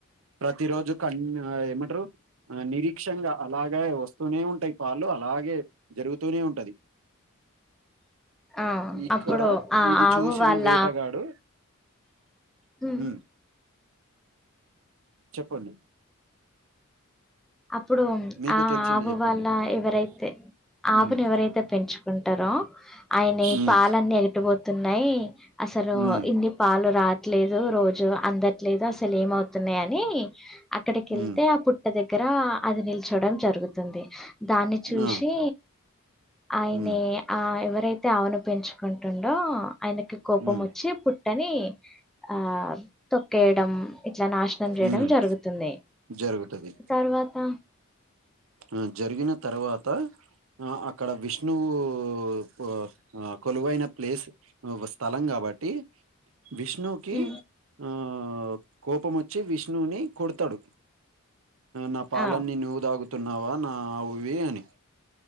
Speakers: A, on the right; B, in the centre.
A: ప్రతి రోజు కన్ ఏమంటరు ఆ నిరీక్షంగా అలాగే వస్తూనే ఉంటయి పాలు అలాగే జరుగుతూనే ఉంటాది
B: చూ. ఆ
A: ఇక్కడ
B: అప్పుడు ఆ
A: ఇది
B: ఆవు
A: చూసిన
B: వాళ్ళ
A: వేటగాడు
B: హ్మ్
A: ఉమ్ చెప్పండి
B: అప్పుడు
A: మీకు
B: ఆ
A: తెలిసింది
B: ఆవు
A: చెప్పండి
B: వాళ్ళ ఎవరైతే ఆవును
A: ఉమ్
B: ఎవరైతే పెంచుకుంటరో ఆయన ఈ
A: ఉమ్
B: పాలన్నీ ఎటు పోతున్నాయి అసలు
A: ఉమ్
B: ఇన్ని పాలు రా ట్లేదు రోజు అందట్లేదు అసలు ఏమవుతున్నాయి అని అక్కడికి వెళ్తే
A: ఉమ్
B: ఆ పుట్ట దగ్ దగ్గర అది నిల్చోడం జరుగుతుంది దాన్ని చూసి
A: ఆ
B: ఆయనే
A: ఉమ్
B: ఆ ఎవరైతే ఆవును పెంచుకుంటుండో ఆయనకి కోపం
A: ఉమ్
B: వచ్చి పు పుట్టని ఆ తొక్కేయడం ఇట్లా నాశనం చేయడం
A: హ్మ్
B: జరుగుతుంది
A: జరుగుతది
B: తర్వాత
A: ఆ జరిగిన తర్వాత ఆ అక్కడ విష్ణువు కొ ఆ కొలువైన ప్లేస్ ఒక స్థలం కాబట్టి విష్ణు కి
B: ఉ
A: ఆ కోపం వచ్చి విష్ణువుని కొడుతాడు నా పాలన్నీ
B: ఆ
A: నువ్వు తాగుతున్నావా నా ఆవువి అని